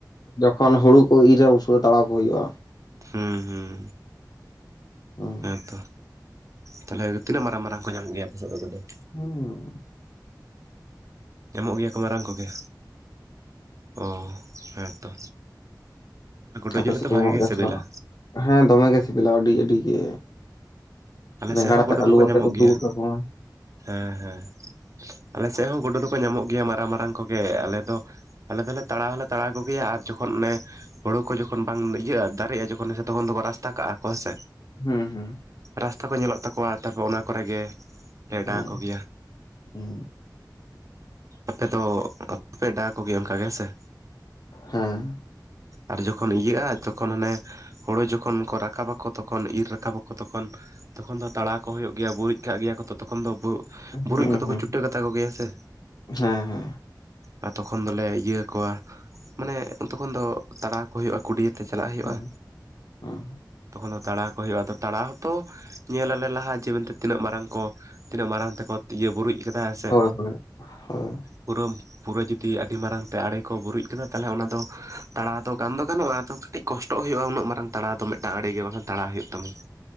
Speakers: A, on the left; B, on the right.
A: ᱡᱚᱠᱷᱚᱱ ᱦᱩᱲᱩ ᱠᱚ ᱤᱨᱟ ᱩᱱ ᱥᱚᱢᱚᱭ ᱛᱟᱲᱟᱣ ᱠᱚ ᱦᱩᱭᱩᱜᱼᱟ᱾
B: ᱦᱮᱸ ᱦᱮᱸ,
A: ᱦᱮᱸ
B: ᱦᱮᱸᱛᱚ᱾ ᱛᱟᱞᱦᱮ ᱛᱤᱱᱟᱹᱜ ᱛᱤᱱᱟ. ᱜ ᱢᱟᱨᱟᱝ ᱢᱟᱨᱟᱝ ᱠᱚ ᱧᱟᱢᱚᱜ ᱜᱮᱭᱟ ᱟᱯᱮ ᱥᱮᱫ ᱨᱮᱫᱚ <unintelligible>
A: ᱦᱮᱸ
B: ᱧᱟᱢᱚᱜ ᱜᱮᱭᱟ ᱠᱚ ᱢᱟᱨᱟᱝ ᱠᱚᱜᱮ, ᱚ ᱦᱮᱸ ᱛᱚ᱾ ᱜᱚᱰᱩ
A: ᱟᱯᱮ
B: ᱡᱤᱞ
A: ᱥᱮᱫ
B: ᱦᱚᱸ ᱛᱚ
A: ᱠᱚ
B: ᱵᱷᱟᱜᱤ
A: ᱧᱟᱢᱚᱜ
B: ᱜᱮ
A: ᱜᱮᱭᱟ
B: ᱥᱤᱵᱤᱞᱟ?
A: ᱥᱮ ᱵᱟᱝ? ᱦᱮᱸ ᱫᱚᱢᱮ ᱜᱮ ᱥᱤᱵᱤᱞᱟ ᱟᱹᱰᱤ ᱟᱹᱰᱤ ᱜᱮ᱾
B: ᱟᱞᱮ
A: ᱵᱮᱸᱜᱟᱲ
B: ᱥᱮᱫ ᱦᱚᱸ
A: ᱟᱛᱮᱫ
B: ᱜᱩᱰᱩ
A: ᱟᱹᱞᱩ
B: ᱫᱚᱠᱚ
A: ᱟᱛᱮᱫ
B: ᱧᱟᱢᱚᱜ
A: ᱠᱚ ᱩᱛᱩ
B: ᱜᱮᱭᱟ
A: ᱜᱚᱫ ᱠᱟᱠᱚ ᱢᱟ᱾
B: ᱦᱮᱸ ᱦᱮᱸ, ᱟᱞᱮ ᱥᱮᱫ ᱦᱚᱸ ᱜᱳᱰᱳ ᱫᱚᱠᱚ ᱧᱟᱢᱚᱜ ᱜᱮᱭᱟ ᱢᱟᱨᱟᱝ ᱢᱟᱨᱟᱝ ᱠᱚᱜᱮ, ᱟᱞᱮ ᱫᱚ ᱟᱞᱮ ᱫᱚᱞᱮ ᱛᱟᱲᱟᱣ ᱦᱚᱸᱞᱮ ᱛᱟᱲᱟᱣ ᱠᱚᱜᱮᱭᱟ ᱟᱨ ᱡᱚᱠᱷᱚᱱ ᱚᱱᱮ ᱦᱳᱲᱳ ᱠᱚ ᱡᱚᱠᱷᱚᱱ ᱵᱟᱝ ᱤᱭᱟᱹᱜᱼᱟ ᱫᱟᱨᱮᱜᱼᱟ, ᱡᱚᱠᱷᱚᱱ ᱦᱮ ᱛᱚᱠᱷᱚᱱ ᱫᱚᱠᱚ ᱨᱟᱥᱛᱟ ᱠᱟᱜᱼᱟ ᱠᱚ ᱦᱮᱸ ᱥᱮ᱾
A: ᱦᱮᱸ ᱦᱮᱸ᱾
B: ᱨᱟᱥᱛᱟ ᱠᱚ ᱧᱮᱞᱚᱜ ᱛᱟᱠᱚᱣᱟ, ᱛᱟᱯᱚᱨ ᱚᱱᱟ ᱠᱚᱨᱮ ᱜᱮ ᱞᱮ ᱮᱰᱟᱣ
A: ᱦᱩᱸ
B: ᱟᱠᱚ ᱜᱮᱭᱟ᱾
A: ᱦᱩᱸ
B: ᱟᱯᱮ ᱫᱚ <inaudible> ᱯᱮ ᱮᱰᱟᱣ ᱟᱠᱚ ᱜᱮᱭᱟ ᱚᱱᱠᱟ ᱦᱮᱸ ᱥᱮ?
A: ᱦᱮᱸ
B: ᱟᱨ ᱡᱚᱠᱷᱚᱱ ᱤᱭᱟᱹᱜᱼᱟ ᱛᱚᱠᱷᱚᱱ ᱦᱟᱱᱮ ᱦᱳᱲᱳ ᱡᱚᱠᱷᱚᱱ ᱠᱚ ᱨᱟᱠᱟᱵᱟᱠᱚ, ᱛᱚᱠᱷᱚᱱ ᱤᱨ ᱨᱟᱠᱟᱵᱟᱠᱚ ᱛᱚᱠᱷᱚᱱ ᱛᱚᱠᱷᱚᱱ ᱫᱚ ᱛᱟᱲᱟᱣ ᱠᱚ ᱦᱩᱭᱩᱜ ᱜᱮᱭᱟ ᱵᱩᱨᱩᱡ ᱠᱟᱜ ᱜᱮᱭᱟ ᱠᱚ ᱛᱚᱠᱷᱚᱱ ᱫᱚᱼᱼ ᱵᱩᱨᱩᱡ
A: ᱦᱩᱸ
B: ᱠᱚᱫᱚ
A: ᱦᱩᱸ
B: ᱠᱚ ᱪᱩᱴᱟᱹ ᱠᱟᱛᱟ ᱠᱚᱜᱮᱭᱟ ᱥᱮ?
A: ᱦᱮᱸ ᱦᱮᱸ
B: ᱟᱨ ᱛᱚᱠᱷᱚᱱ ᱫᱚᱞᱮ ᱤᱭᱟᱹ ᱣᱟᱠᱚᱣᱟ ᱢᱟᱱᱮ ᱛᱚᱠᱷᱚᱱ ᱫᱚ ᱛᱟᱲᱟᱣ ᱠᱚ ᱦᱩᱭᱩᱜᱼᱟ ᱠᱩᱰᱤᱭᱟ ᱛᱮ ᱪᱟᱞᱟᱜ ᱦᱩᱭᱩᱜᱼᱟ,
A: ᱦᱩᱸ ᱦᱩᱸ
B: ᱛᱚᱠᱷᱚᱱ ᱫᱚ ᱛᱟᱲᱟᱣ ᱠᱚ ᱦᱩᱭᱩᱜᱼᱟ ᱟᱫᱚ ᱛᱟᱲᱟᱣ ᱦᱚᱸ ᱛᱚᱼᱼ ᱧᱮᱞᱟᱞᱮ ᱞᱟᱦᱟ ᱡᱮ ᱢᱮᱱᱛᱮ ᱛᱤᱱᱟᱹᱜ ᱢᱟᱨᱟᱝ ᱠᱚ ᱛᱤᱱᱟᱹᱜ ᱢᱟᱨᱟᱝ ᱛᱮᱠᱚ ᱤᱭᱟᱹ ᱵᱩᱨᱩᱡ ᱠᱮᱫᱟ ᱦᱮ ᱥᱮ
A: ᱦᱳᱭ ᱦᱳᱭ ᱦᱳᱭ
B: ᱯᱩᱨᱟᱹᱢ ᱯᱩᱨᱟᱹ ᱡᱩᱫᱤ ᱟᱹᱰᱤ ᱢᱟᱨᱟᱝ ᱛᱮ ᱟᱲᱮ ᱠᱚ ᱵᱩᱨᱩᱡ ᱠᱟᱫᱟ ᱛᱟᱦᱚᱞᱮ ᱚᱱᱟ ᱫᱚ ᱛᱟᱲᱟᱣ ᱫᱚ ᱜᱟᱱ ᱫᱚ ᱜᱟᱱᱚᱜᱼᱟ ᱟᱫᱚ ᱠᱟᱹᱴᱤᱡ ᱠᱚᱥᱴᱚᱜ ᱦᱩᱭᱩᱜᱼᱟ ᱩᱱᱟᱹᱜ ᱢᱟᱨᱟᱝ ᱠᱚᱥᱴᱚᱜ ᱦᱩᱭᱩᱜᱼᱟ ᱩᱱᱟᱹᱜ ᱢᱟᱨᱟᱜ ᱛᱟᱲᱟᱣ ᱫᱚ ᱢᱤᱫᱴᱟᱝ ᱟᱲᱮᱜᱮ ᱵᱟᱝᱠᱷᱟᱱ ᱛᱟᱲᱟᱣ ᱦᱳᱭᱳᱜ ᱛᱟᱢᱟ ᱾